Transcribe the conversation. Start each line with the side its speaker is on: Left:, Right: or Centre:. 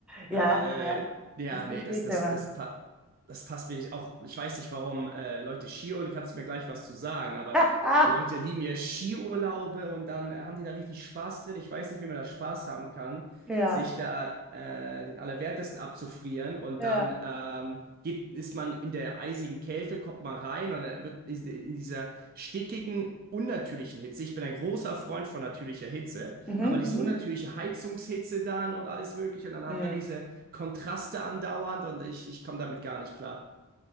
Centre: Ja,
Right: Äh,
Centre: ja.
Right: ja,
Centre: Das verstehe
Right: nee, das,
Centre: ich
Right: das,
Centre: aber.
Right: das, pa das passt mir nicht. Auch ich weiß nicht, warum äh, Leute Skiurlaub, kannst du mir gleich was zu sagen, aber
Centre: <laughs>
Right: Leute lieben ja Skiurlaube und dann äh, haben die da richtig Spaß drin. Ich weiß nicht, wie man da Spaß haben kann,
Centre: Ja,
Right: sich da äh, den Allerwertesten abzufrieren und
Centre: ja.
Right: dann ähm, geht, ist man in der eisigen Kälte und kommt mal rein und dann wird in dieser stickigen, unnatürlichen Hitze. Ich bin ein großer Freund von natürlicher Hitze.
Centre: Mhm,
Right: Aber diese
Centre: mhm.
Right: unnatürliche Heizungshitze dann und alles Mögliche. Und dann hat
Centre: Mhm.
Right: man diese Kontraste andauernd und ich, ich komme damit gar nicht klar.